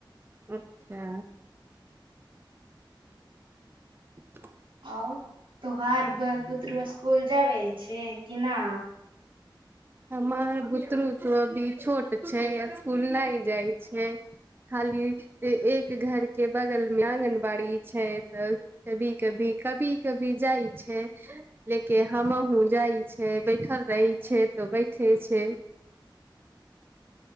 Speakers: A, on the right; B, on the right.
A: अच्छा <inaudible>
B: और तोहार बल बुतरु स्कूल जाबे छैय कि ना?
A: हमर बुतरू तो अभी छोट छैय स्कूल नई जाइ छैय। खाली ए एक घर के बगल मे आँगनबाड़ी छैय तऽ कभी कभी कभी कभी जाइ छैय लेके हमहुँ जाइ छैय बैठल रहै छैय। तऽ बैठे छैय।